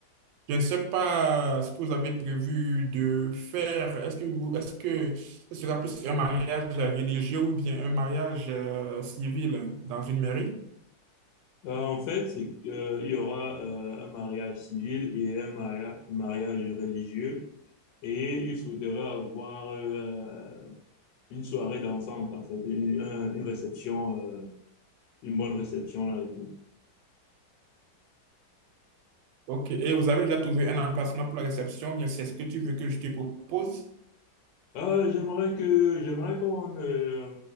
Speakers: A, on the right; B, on the left.
A: je ne sais pas ce que vous avez prévu de faire. Est-ce que vous, est-ce que ce sera plus un mariage religieux ou bien un mariage euh, civil dans une mairie?
B: Euh, en fait, c'est que, euh, il y aura euh, un mariage civil et un maria- mariage religieux. Et il souhaiterait avoir euh, une soirée dansante, en fait, une, un- une réception, euh, une bonne réception là et tout.
A: Ok. Et vous avez déjà trouvé un emplacement pour la réception, bien c'est ce que tu veux que je te propose?
B: Euh, j'aimerais que j'aimerais qu'on euh,